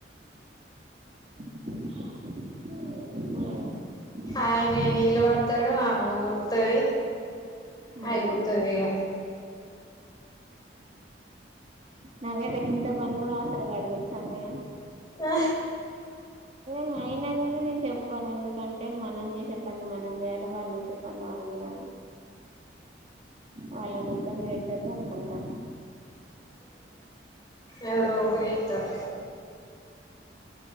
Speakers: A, on the right; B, on the left.
A: ఏమో
B: ఆయన నీళ్లు పడుతాడు ఆమే ఊడుత్తది
A: మ్మ్
B: ఆయిపోతది ఇగ
A: నాకైతే గింత పని కూడా ఆసర కడు తెలుసా అన్నయ్య
B: ఆ
A: మ్ అయినాగాని నేను చెప్ కోను ఎందుకంటే మనం చేసే పని మనం చేయాలే వాళ్ళు చేసే పని వాళ్ళు చేయాలే వాళ్ళను ఇబ్బంది పెట్టదనుకుంటా
B: ఎవరు ఒక రిద్దరు